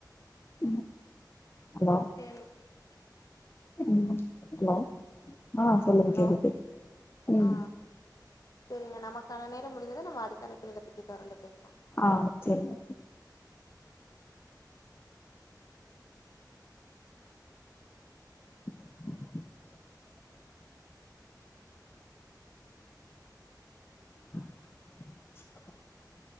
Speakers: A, on the left; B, on the left.
A: ம் ஹலோ
B: சேரி
A: ம் ஹலோ ஆ சொல்லுங்க
B: ஹலோ
A: கேக்குது ம்
B: ஆ சரிங்க நமக்கான நேரம் முடிஞ்சது நம் அடுத்த அழைப்புல இதப் பத்தி தொடர்ந்து பேசுலாம்
A: ஆ செரிங்க <inaudible> <unintelligible>